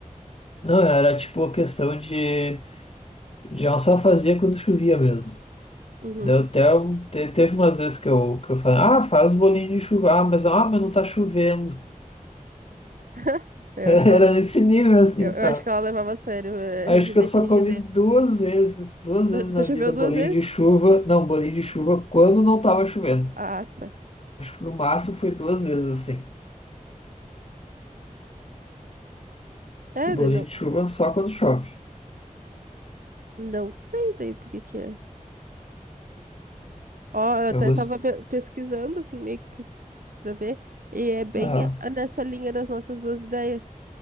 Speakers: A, on the left; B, on the right.
A: <laughs> Não, era tipo a questão de, de ela só fazia quando chovia mesmo.
B: Uhum.
A: Deu até um- te- teve umas vezes que eu, que eu falei, ah, faz bolinho de chuva, ah, mas, ah, mas não tá chovendo. <laughs>
B: <laughs> É,
A: Era,
B: eu acho que
A: era
B: ela,
A: nesse nível assim,
B: eu,
A: sabe?
B: eu acho que ela levava a sério, é,
A: Acho
B: rigide-
A: que eu só
B: rigidez.
A: comi duas vezes, duas
B: Só,
A: vezes
B: só
A: na
B: choveu
A: vida
B: duas
A: bolinho
B: vezes?
A: de chuva. Não, bolinho de chuva quando não tava chovendo.
B: Ah, tá.
A: Acho que no máximo foi duas vezes assim.
B: É,
A: E bolinho
B: daí não.
A: de chuva só quando chove.
B: Não sei daí por que que é. Ó, eu
A: Eu
B: até
A: gosto.
B: tava pe- pesquisando, assim, meio que pra, pra ver, e é bem
A: Aham.
B: a- a- nessa linha das nossas duas ideias.